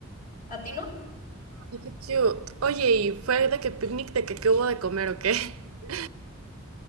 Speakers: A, on the left; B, on the right.
A: ¿A ti no?
B: Ay, qué cute. Oye, ¿y fue de que picnic, de que qué hubo de comer o qué? <laughs>